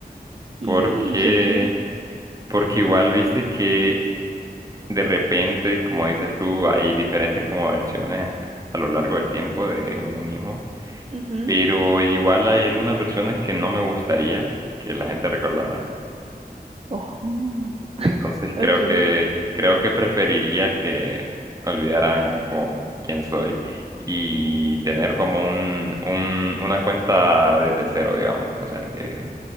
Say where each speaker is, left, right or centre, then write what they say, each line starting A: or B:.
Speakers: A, on the right; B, on the right.
A: Y
B: Porque,
A: ok.
B: porque igual viste que de repente, como dices tú, hay diferentes como versiones a lo largo del tiempo de uno mismo.
A: Ujú.
B: Pero igual hay algunas personas que no me gustaría que la gente recordara.
A: Ojo. <laughs>
B: Entonces creo
A: Ok.
B: que creo que preferiría que olvidaran como quién soy y tener como un, un- una cuenta desde cero, digamos. O sea que